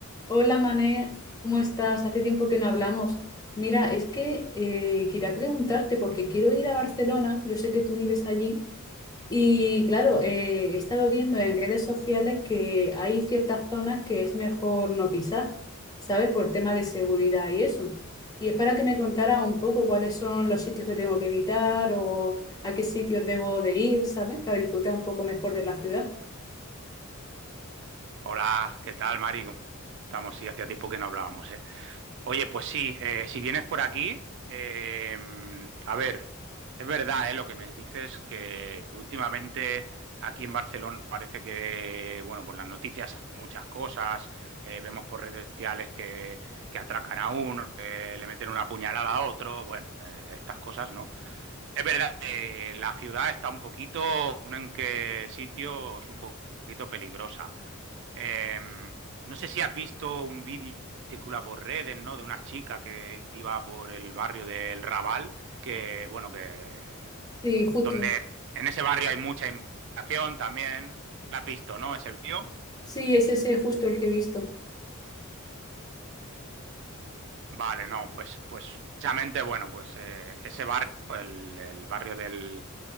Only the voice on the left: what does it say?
Hola Mané, ¿cómo estás? Hace tiempo que no hablamos. Mira, es que eh, quería preguntarte porque quiero ir a Barcelona, yo sé que tú vives allí y claro, eh, he estado viendo en redes sociales que hay ciertas zonas que es mejor no pisar, ¿sabes? Por tema de seguridad y eso. Y es para que me contara un poco cuáles son los sitios que tengo que evitar o a qué sitios debo de ir, ¿sabes? Para disfrutar un poco mejor de la ciudad.
Sí, justo.
Sí, es ese justo el que he visto.